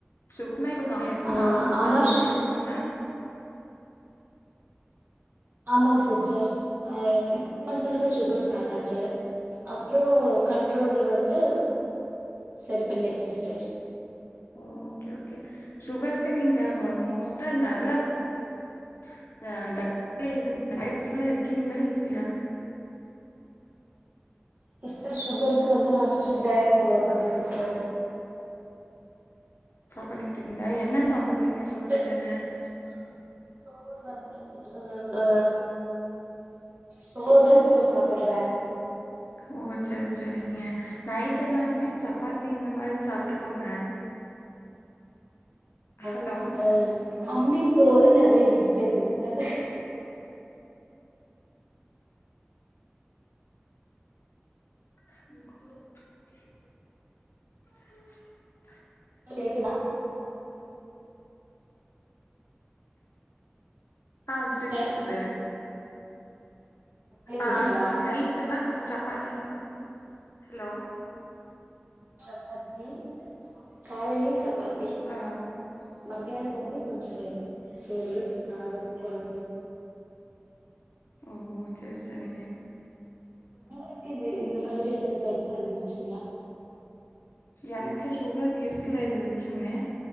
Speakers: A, on the left; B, on the right.
A: சுக இப்ப எப்படி
B: ஆ
A: நார்மல்
B: ஆனா
A: பண்ணி
B: ஷ்
A: இருக்குங்களா
B: ஆமாங்க சிஸ்டர் ஆ சிக்ஸ்த் மந்த்த்லதான் சுகர் ஸ்டார்ட் ஆச்சு அப்ரோ கண்ட்ரோல் வந்து சரி பண்ணச்சி சிஸ்டர்
A: ஓ ஓகே ஓகே சுகருக்கு நீங்க மோஸ்டா நல்ல <unintelligible> டயட்ல இருக்கீங்களா இல்லையா
B: சிஸ்டர் சுகருக்கு வந்து நான் ஸ்ட்ரிக்ட் டயட்ல ஃபாலோ பண்றேன் சிஸ்டர்
A: பண்ணிட்டு இருக்கங்களா என்னன் சாப்பிடுறீங்க
B: ஃபுட்டு
A: சுகருக்குனு
B: ஆமா சோர் வந்து சோ ஆ சோறு தான் சிஸ்டர் சாப்புடுற
A: உ ஓ சரி சரிங்க நைட் எல்லாமே சப்பாத்தி இந்த மாதிரி சாப்பிட்டுக்கோங்க
B: ஆ
A: ஹலோ?
B: அ கம்மி சோறு நறைய வெஜிடேபிள்ஸ் நறை
A: உ
B: கேக்குதா
A: ஆ ஸ்ட
B: சிஸ்டர்
A: கேக்குது
B: கேக்குதுங்களா
A: ஆ நைட்லாம் கொஞ் சப்பாத்தி ஹலோ
B: சப்பாத்தி காலைலயும் சப்பாத்தி மத
A: ஆ
B: மத்தியானம் மட்டும் கொஞ்சோ சோறு சாதம் குழம்பு
A: ஓ ஹோ செரி செரிங்க
B: உங்களுக்கு இத இந்த மாதிரி எவு பிரச்சன இருந்துச்சுங்களா
A: எனக்கு சுகர் இருக்குல இது வரைக்குமே